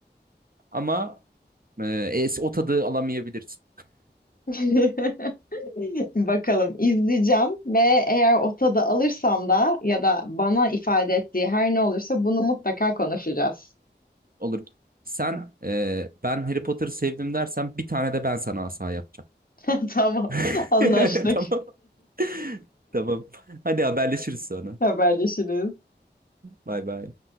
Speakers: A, on the right; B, on the left.
A: Ama e, es- o tadı alamayabilirsin.
B: <laughs> Bakalım izleyeceğim ve eğer o tadı alırsam da ya da bana ifade ettiği her ne olursa bunu mutlaka konuşacağız.
A: Olur. Sen e, ben Harry Potter'ı sevdim dersen bir tane de ben sana asa yapacağım.
B: <laughs> Tamam,
A: <laughs>
B: anlaştık.
A: Tamam. <laughs> Tamam. Hadi haberleşiriz
B: <laughs>
A: sonra.
B: Haberleşiriz.
A: Bay bay.